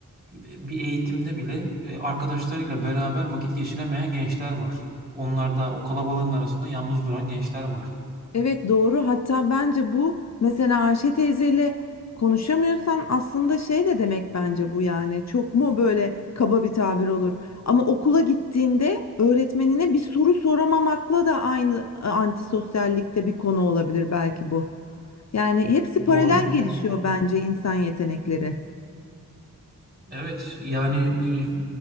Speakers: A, on the right; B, on the left.
A: bir eğitimde bile e, arkadaşlarıyla beraber vakit geçiremeyen gençler var. Onlar da o kalabalığın arasında yalnız duran gençler var.
B: Evet doğru. Hatta bence bu mesela Ayşe teyzeyle konuşamıyorsan aslında şey de demek bence bu yani. Çok mu böyle kaba bir tabir olur. Ama okula gittiğinde öğretmenine bir soru soramamakla da aynı e, antisosyallikte bir konu olabilir belki bu. Yani hepsi paralel
A: Doğru, doğru.
B: gelişiyor bence insan yetenekleri.
A: Evet, yani e,